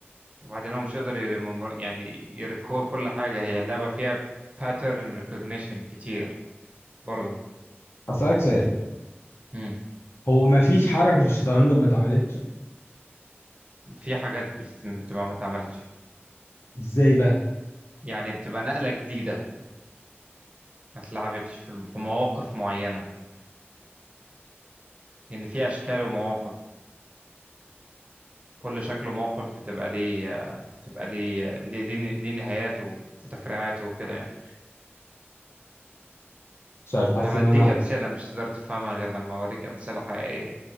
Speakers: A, on the right; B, on the left.
A: وبعدين هو مش هيقدر ير- مم- يعني يريكول كل حاجه هي اللعبه فيها باترن ريكوجنيشن كتير برضو
B: اسالك سؤال
A: مم.
B: هو ما فيش حركة في الشطرنج ما اتعملتش
A: في حاجات بت- بتبقى ما اتعملتش
B: ازاي بقى
A: يعني بتبقى نقله جديده ما اتلعبتش في الم- في مواقف معينه لان في اشكال ومواقف كل شكل وموقف بتبقى ليه بتبقى ليه ليه, ليه ليه نهاياته وتفريعاته وكده يعني
B: مش عارف حاسس
A: هبديك
B: ان انا
A: امثله مش تقدر تفهمها غير لما اوريك امثله حقيقيه